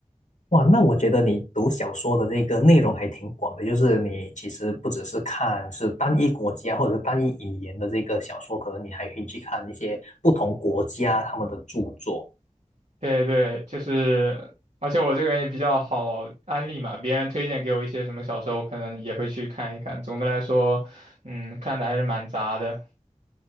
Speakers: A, on the left; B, on the right.
A: 哇，那我觉得你读小说的这个内容还挺广的，就是你其实不只是看是单一国家或者是单一语言的这个小说，可能你还可以去看一些不同国家他们的著作。
B: 对对，就是，而且我这个人也比较好安利嘛，别人推荐给我一些什么小说，我可能也会去看一看。总的来说，嗯，看的还是蛮杂的。